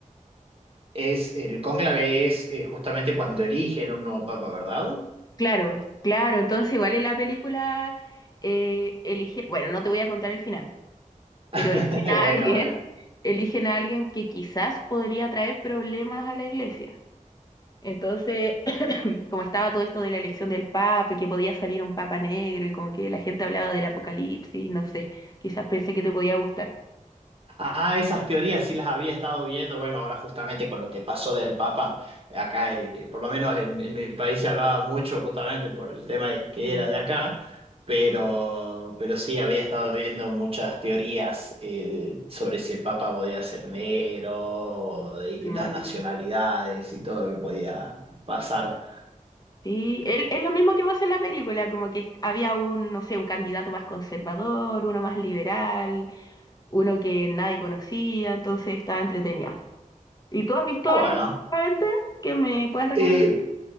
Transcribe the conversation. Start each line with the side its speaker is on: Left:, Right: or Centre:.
Right: Es, el cónclave es eh, justamente cuando eligen un nuevo papa, ¿verdad?
Left: Claro, claro. Entonces, igual en la película eh, eligen, bueno, no te voy a contar el final,
Right: <laughs>
Left: pero eligen a
Right: Bueno,
Left: alguien,
Right: bueno,
Left: <laughs> eligen a alguien que quizás podría traer problemas a la iglesia. Entonces, <clears throat> como estaba todo esto de la elección del papa, y que podía salir un papa negro y como que la gente hablaba del apocalipsis, no sé, quizás pensé que te podía gustar.
Right: Ah, esas teorías sí las había estado viendo. Bueno, ahora justamente con lo que pasó del Papa, eh, acá, eh, por lo menos en, en mi país se hablaba mucho justamente por el tema de que
Left: Mm.
Right: era de acá, pero, pero sí había estado viendo muchas teorías eh, sobre si el Papa podía ser negro o de distintas
Left: Mm,
Right: nacionalidades y todo lo que podía pasar.
Left: sí, él- es lo mismo que pasa en la película, como que est- había un, no sé, un candidato más conservador, uno más liberal, uno que nadie conocía, entonces estaba entretenida. ¿Y tú has visto
Right: Está
Left: algo
Right: bueno.
Left: últimamente que me puedas recomendar?
Right: Eh,